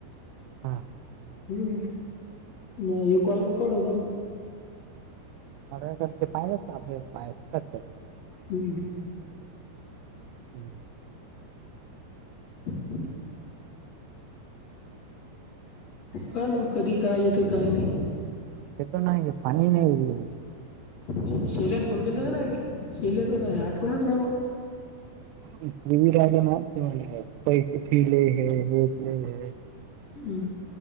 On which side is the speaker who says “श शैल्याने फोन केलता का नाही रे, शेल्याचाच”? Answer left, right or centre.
Left